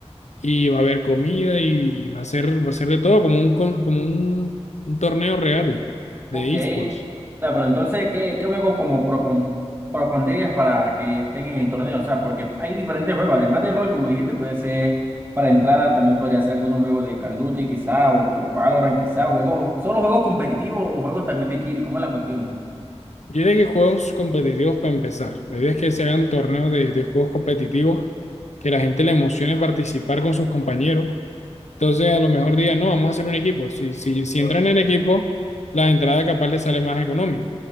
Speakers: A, on the left; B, on the right.
A: y va a haber comida y va a ser, va a ser de todo, como un, con- como un, un torneo real de
B: ok. O
A: esports.
B: sea, pero entonces, ¿qué, qué juegos como propon- propondrías para que estén en el torneo? O sea, porque hay diferentes juegos, además de LOL, como dijiste, puede ser para entrada, también podría ser algunos juegos de Call of Duty quizá, o, o Valorant quizá, juegos, solo juegos competitivos o juegos también de chill, ¿cómo es la cuestión?
A: Yo diría que juegos competitivos para empezar. La idea es que se hagan torneos de, de juegos competitivos, que la gente le emocione participar con sus compañeros Entonces, a lo mejor digan, no, vamos a hacer un equipo. Si, si, si entran en equipo, la entrada capaz les sale más económica.